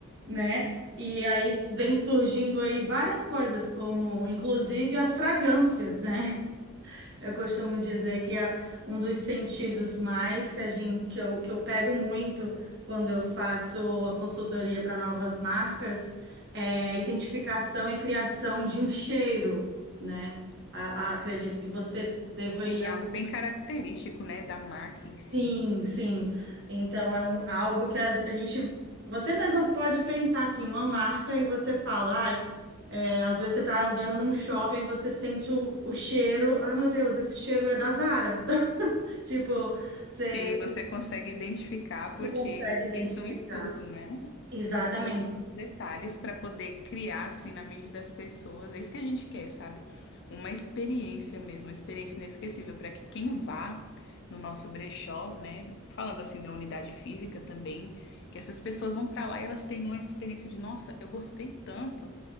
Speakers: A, on the right; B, on the left.
A: né? E aí vem surgindo aí várias coisas, como inclusive as fragrâncias, né? Eu costumo dizer que é um dos sentidos mais que a gente, que eu, que eu pego muito quando eu faço a consultoria para novas marcas é a identificação e criação de um cheiro, né? A- a- acredito que você deva
B: sim,
A: ir
B: algo bem característico, né, da marca em si.
A: assim, sim. Então é um- algo que a, a gente, você mesmo pode pensar assim, numa marca e você fala, "Ai, é, às vezes você está andando num shopping, você sente o, o cheiro, ah, meu Deus, esse cheiro é da Zara. Tipo, você,
B: Sim, você consegue identificar porque
A: você consegue
B: eles
A: identificar.
B: pensam em tudo, né?
A: Exatamente.
B: Todos os detalhes para poder criar assim na mente das pessoas. É isso que a gente quer, sabe? Uma experiência mesmo, uma experiência inesquecível para que quem vá no nosso brechó, né? Falando assim da unidade física também, que essas pessoas vão para lá e elas tenham uma experiência de, nossa, eu gostei tanto